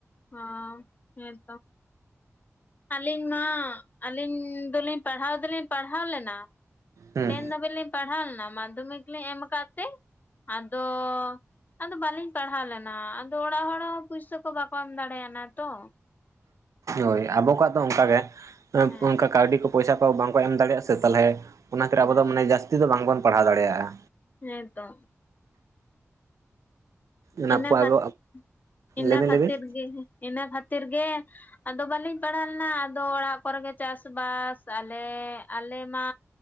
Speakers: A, on the left; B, on the right.
A: ᱚ ᱦᱮᱸ ᱛᱚ᱾ ᱟᱞᱤᱧ ᱢᱟ, ᱟᱞᱤᱧ ᱫᱚᱞᱤᱧ ᱯᱟᱲᱦᱟᱣ ᱫᱚᱞᱤᱧ ᱯᱟᱲᱦᱟᱣ ᱞᱮᱱᱟ᱾
B: ᱦᱩᱸ
A: ᱴᱮᱱ ᱫᱷᱟᱹᱵᱤᱡ ᱞᱤᱧ ᱯᱟᱲᱦᱟᱣ ᱞᱮᱱᱟ ᱢᱟᱫᱽᱫᱷᱚᱢᱤᱠ ᱞᱤᱧ ᱮᱢ ᱟᱠᱟᱜ ᱛᱮ, ᱟᱫᱚᱼᱼ ᱟᱫᱚ ᱵᱟᱞᱤᱧ ᱯᱟᱲᱦᱟᱣ ᱞᱮᱱᱟ ᱟᱫᱚ ᱚᱲᱟᱜ ᱦᱚᱲ ᱦᱚᱸ ᱯᱩᱭᱥᱟᱹ ᱠᱚ ᱵᱟᱠᱚ ᱮᱢ ᱫᱟᱲᱮᱱᱭᱟᱱᱟ ᱛᱚ᱾
B: ᱦᱳᱭ ᱟᱵᱚ ᱠᱚᱣᱟᱜ ᱫᱚ ᱚᱱᱠᱟ ᱜᱮ ᱚᱸᱜ
A: ᱦᱮᱸ
B: ᱚᱱᱠᱟ ᱠᱟᱣᱰᱤ ᱠᱚ ᱯᱚᱭᱥᱟ ᱠᱚ ᱵᱟᱝ ᱠᱚ ᱮᱢ ᱫᱟᱲᱮᱭᱟᱜ-ᱟ᱾ ᱥᱮ ᱛᱟᱞᱦᱮᱼᱼ ᱚᱱᱟ ᱠᱷᱟᱹᱛᱤᱨ
A: ᱦᱚᱸ
B: ᱟᱵᱚ ᱢᱟᱱᱮ ᱡᱟᱹᱥᱛᱤ ᱫᱚ ᱵᱟᱝ ᱵᱚᱱ ᱯᱟᱲᱦᱟᱣ ᱫᱟᱲᱮᱭᱟᱜ-ᱟ᱾
A: ᱦᱮᱸ ᱛᱚ᱾
B: ᱚᱱᱟ
A: ᱤᱱᱟ
B: ᱟᱵᱚ
A: ᱠᱷᱟᱛ <unintelligible> ᱤᱱᱟ
B: ᱞᱟᱹᱭᱵᱤᱱ
A: ᱠᱷᱟᱛᱤᱨ
B: ᱞᱟᱹᱭᱵᱤᱱ
A: ᱜᱮ ᱦᱮᱸ ᱤᱱᱟ ᱠᱷᱟᱛᱤᱨ ᱜᱮ᱾ ᱟᱫᱚ ᱵᱟᱞᱤᱧ ᱯᱟᱲᱟᱣ ᱞᱮᱱᱟ ᱟᱫᱚ ᱚᱲᱟᱜ ᱠᱚᱨᱮ ᱜᱮ ᱪᱟᱥᱼᱵᱟᱥ, ᱟᱞᱮ ᱟᱞᱮ ᱢᱟᱼᱼ